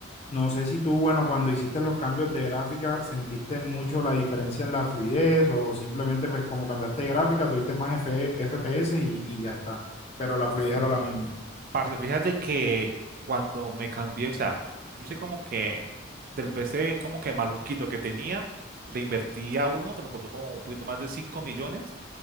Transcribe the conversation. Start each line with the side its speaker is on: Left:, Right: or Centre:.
Left: No sé si tú, bueno, cuando hiciste los cambios de gráfica, sentiste mucho la diferencia en la fluidez o simplemente pues como cambiaste de gráfica, tuviste más F- FPS y, y ya está, pero la fluidez era la misma.
Right: Parce, fíjate que cuando me cambié, o sea, yo sé como que del PC como que maluquito que tenía, le invertí a uno que me costó como un poquito más de 5 millones.